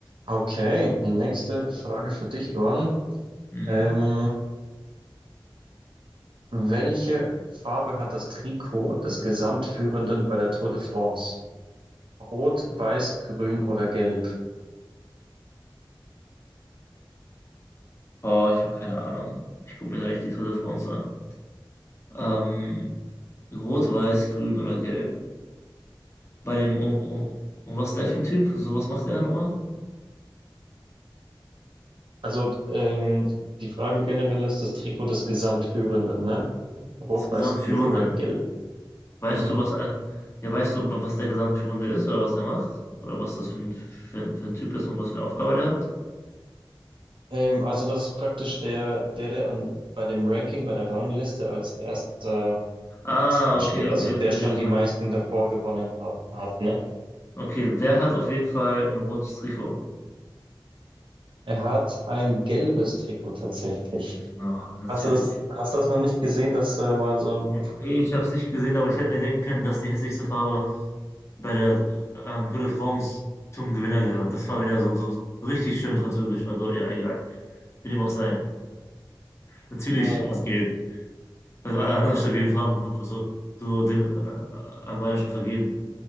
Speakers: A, on the right; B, on the left.
A: Okay, nächste Frage für dich, Luan.
B: Mhm.
A: Ähm, Welche Farbe hat das Trikot des Gesamtführenden bei der Tour de France? Rot, weiß, grün oder gelb?
B: Oh, ich habe keine Ahnung. Ich gucke mir da nicht die Tour de France an. Ähm, rot, weiß, grün oder gelb. Bei dem, um, um, um was ist der für ein Typ? So was macht der nochmal?
A: Also ähm, die Frage generell ist das Trikot des Gesamtführenden, ne? Rot,
B: Das Gesamtführende.
A: weiß, grün oder gelb.
B: Weißt
A: Mhm.
B: du, was, all- ja, weißt du, wa- was der Gesamtführende ist oder was der macht? Oder was das für ein, für ein, für ein Typ ist und was für eine Aufgabe der hat?
A: Ähm, also das ist praktisch der, der, der an, bei dem Ranking, bei der Rangliste als erster
B: Ah,
A: Platz dasteht.
B: okay, okay,
A: Also
B: okay,
A: der
B: okay,
A: schon
B: das
A: die
B: meinst
A: meisten
B: du.
A: davor gewonnen hat, hat, ne?
B: Okay, der hat auf jeden Fall ein rotes Trikot.
A: Er hat ein gelbes Trikot tatsächlich.
B: Na, natürlich.
A: Hast du das, hast du das noch nicht gesehen, dass äh, mal so ein
B: Nee, ich habe es nicht gesehen, aber ich hätte mir denken können, dass die hässlichste Farbe bei der ähm, Tour de France zum Gewinner gehört. Das war wieder so, so richtig schön französisch. Also, ja, egal. Wie dem auch sei. Natürlich
A: Äh,
B: war es gelb. Also alle anderen stabilen Farben so, so dem, äh, äh, waren ja schon vergeben.